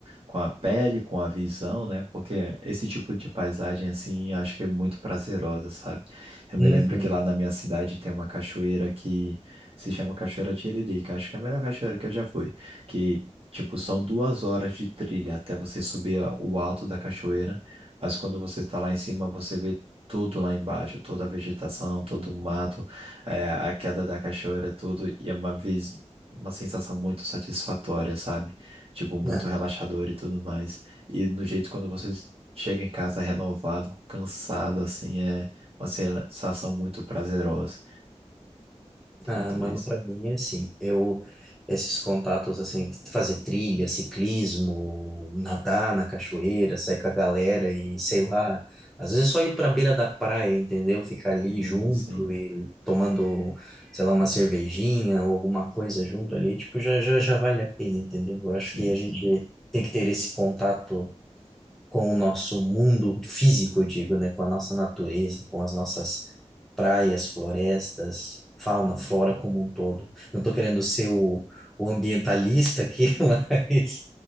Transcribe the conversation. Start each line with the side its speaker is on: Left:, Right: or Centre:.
Right: com a pele, com a visão, né? Porque esse tipo de paisagem, assim, acho que é muito prazerosa, sabe? Eu
Centre: Uhum.
Right: me lembro que lá na minha cidade tem uma cachoeira que se chama Cachoeira Tiririca. Acho que é a melhor cachoeira que eu já fui. Que, tipo, são duas horas de trilha até você subir o alto da cachoeira. Mas quando você está lá em cima, você vê tudo lá embaixo, toda a vegetação, todo o mato, é, a queda da cachoeira, tudo, e é uma vez uma sensação muito satisfatória, sabe? Tipo, muito
Centre: Ah,
Right: relaxador e tudo mais. E no jeito quando você chega em casa renovado, cansado, assim, é uma sensação muito prazerosa. Tem
Centre: Ah,
Right: muito
Centre: mano,
Right: disso.
Centre: pra mim é assim. Eu, esses contatos, assim, fazer trilha, ciclismo, nadar na cachoeira, sair com a galera e sei lá. Às vezes é só ir pra beira da praia, entendeu? Ficar ali
Right: Sim,
Centre: junto
Right: sim,
Centre: e tomando, sei lá, uma cervejinha ou alguma coisa junto ali, tipo, já, já, já vale a pena, entendeu? Eu acho
Right: sim,
Centre: que a gente
Right: sim.
Centre: tem que ter esse contato com o nosso mundo físico, eu digo, né? Com a nossa natureza, com as nossas praias, florestas, fauna, flora como um todo. Não estou querendo ser o, o ambientalista aqui, <laughs> mas